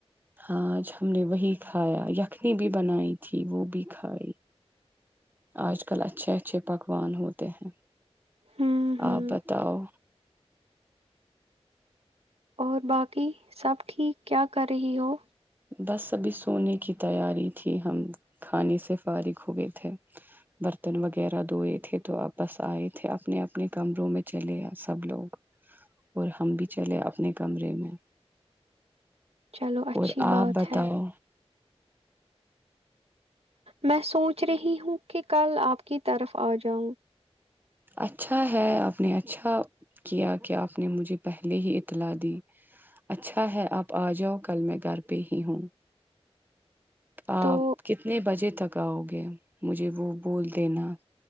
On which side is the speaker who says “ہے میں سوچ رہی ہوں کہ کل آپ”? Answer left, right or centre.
Right